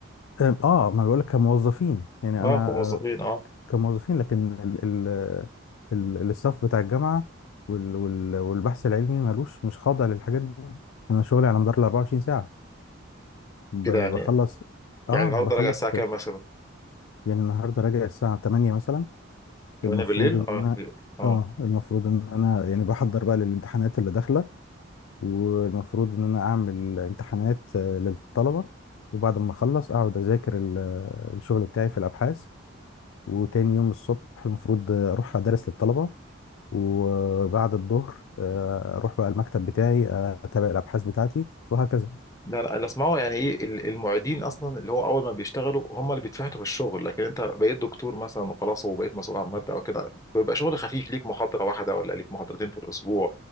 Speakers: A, on the left; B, on the left.
A: اه آه، ما أنا بقول لك كموظفين يعني
B: اه
A: انا
B: كموظفين
A: آه،
B: اه
A: كموظفين لكن ال ال ال الاستاف بتاع الجامعة وال وال والبحث العلمي مالوش مش خاضع للحاجات دي أنا شغلي على مدار ال 24 ساعة ب-
B: كده يعني
A: بخلص آه
B: يعني النهارده
A: بخلص
B: راجع الساعه
A: في
B: كام مثلا
A: يعني النهاردة راجع الساعة 8 مثلا
B: 8
A: المفروض
B: بالليل
A: إن
B: اه
A: أنا
B: كده. اه
A: آه المفروض إن أنا يعني بحضر بقى للامتحانات اللي داخلة والمفروض إن أنا أعمل امتحانات آه، للطلبة وبعد ما أخلص أقعد أذاكر ال- الشغل بتاعي في الأبحاث وتاني يوم الصبح المفروض أروح أدرس للطلبة وبعد الظهر آه، اروح بقى المكتب بتاعي آه، اتابع الابحاث بتاعتي وهكذا
B: لا لا اللي اسمعه يعني ايه ال- المعيدين اصلا اللي هو اول ما بيشتغلوا هم اللي بيتفحتوا في الشغل لكن انت بقيت دكتور مثلا وخلاص وبقيت مسؤول عن ماده او كده بيبقى شغل خفيف ليك محاضره واحده ولا ليك محاضرتين في الاسبوع